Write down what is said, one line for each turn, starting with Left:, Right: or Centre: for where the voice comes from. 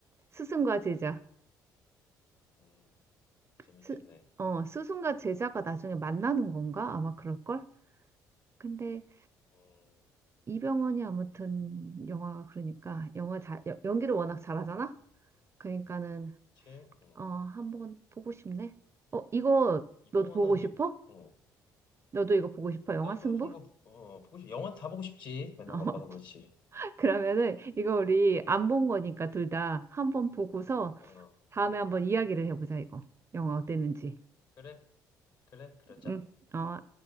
Right: 스승과
Left: 음,
Right: 제자.
Left: 음, 재밌겠네.
Right: 스, 어, 스승과 제자가 나중에 만나는 건가? 아마 그럴걸? 근데
Left: 음,
Right: 이병헌이 아무튼 영화가 그러니까 영화 잘 여- 연기를 워낙 잘하잖아. 그러니까는
Left: 그치? 어.
Right: 어 한번 보고 싶네. 어 이거
Left: 이병헌은,
Right: 너도 보고 싶어?
Left: 이- 어.
Right: 너도 이거 보고 싶어? 영화
Left: 나도
Right: 승부?
Left: 승부 어 보고 싶 영원 다 보고 싶지
Right: <laughs>
Left: 맨날
Right: 어
Left: 바빠서 그렇지
Right: 그러면은 이거
Left: 음,
Right: 우리 안 본 거니까 둘 다 한번 보고서
Left: 어
Right: 다음에 한번 이야기를 해보자 이거 영화 어땠는지.
Left: 그래 그래 그러자
Right: 응. 어